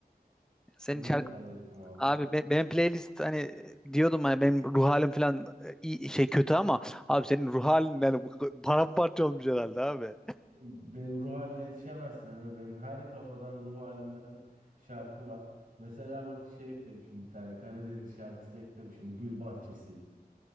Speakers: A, in the centre; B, on the right.
A: Senin
B: Bunu
A: şarkı
B: da kaydettim abi.
A: Abi be- benim playlist hani diyordum hani benim ruh halim falan e, iyi şey kötü ama abi senin ruh halin yani bu- paramparça olmuş herhalde abi.
B: Benim ruh haline yetişemezsin Emre. Benim her kafadan ruh halinden şarkı var. Mesela bak şey eklemişim bir tane Karadeniz şarkısı eklemişim. Gül Bahçesi.